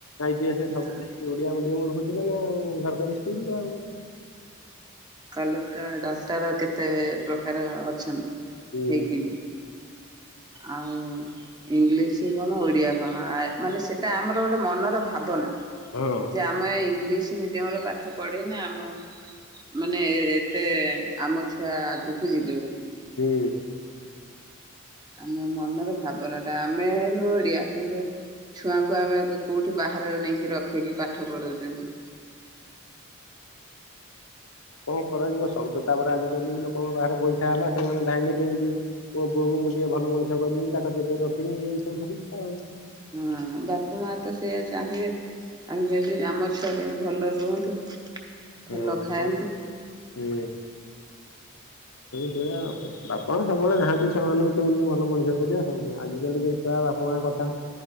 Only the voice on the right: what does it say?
ହଁ
କଲେକ୍ଟର ଡକ୍ଟର କେତେ ପ୍ର କାର ଅଛନ୍ତି
ହେଇକିବି ଆଉ ଇଂଲିଶ କଣ ଓଡ଼ିଆ କଣ ମାନେ ସେଇଟା ଆମର ଗୋଟେ ମନର ଭାବନା
ଯେ ଆମେ ଇଂଲିଶ ସେ ଉଦ୍ୟମର ପାଠ ପଢ଼େନା ଆମ ମାନେ ଏତେ ଆମ ଛୁଆ ଆଗକୁ ଯିବେ ବୋଲି
ଆମ ମନର ଭାବନା ଟା ଆମେ ହେଲୁ ଓଡିଆ କିନ୍ତୁ ଛୁଆଙ୍କୁ ଆମେ କୋଉଠି ବାହାରେ ନେଇକି ରଖିକି ପାଠ ପଢଉଛନ୍ତି
ହଁ ବାପା ମା ତ ସେଇୟଆ ଚାହିଁବେ ଆମ ଯଦି ଆମ ଛ ଯେନ୍ତତି ଭଲରେ ରୁହନ୍ତୁ ଭଲ
ଖାଆନ୍ତୁ